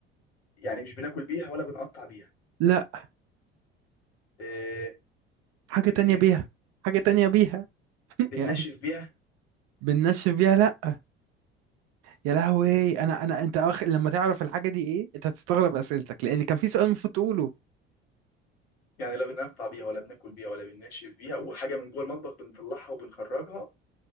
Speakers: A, on the left; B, on the right.
A: يعني مش بناكل بيها ولا بنقطع بيها
B: لا
A: إيه
B: حاجة تانية
A: إيه
B: بيها حاجة تانية بيها <laughs>
A: بننشف
B: يعني
A: بيها
B: بننشف بيها لا يا لهوي انا انا انت أخ... لما تعرف الحاجة دي ايه انت هتستغرب اسئلتك لان كان في سؤال المفروض تقوله
A: يعني لا بننفع بيها ولا بناكل بيها ولا بننشف بيها وحاجه من جوه المطبخ بنطلعها وبنخرجها